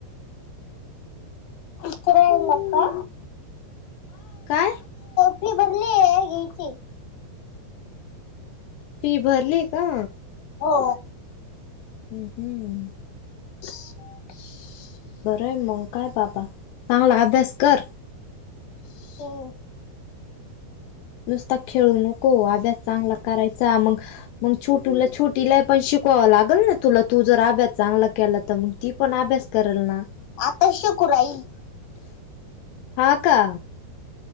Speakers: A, on the left; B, on the left.
A: करायला का?
B: काय?
A: फि भरलीय ये की.
B: फी भरली का.
A: हो.
B: हम्म, हम्म.
A: <inaudible>
B: बरं आहे मंग काय पापा, चांगला अभ्यास कर.
A: हम्म.
B: नुसता खेळू नको. अभ्यास चांगला करायचा मग मग छोटूला छोटीलाही पण शिकवावं लागल ना तुला. तू जर अभ्यास चांगला केला, तर मग ती पण अभ्यास करेला ना
A: <unintelligible>
B: हा का?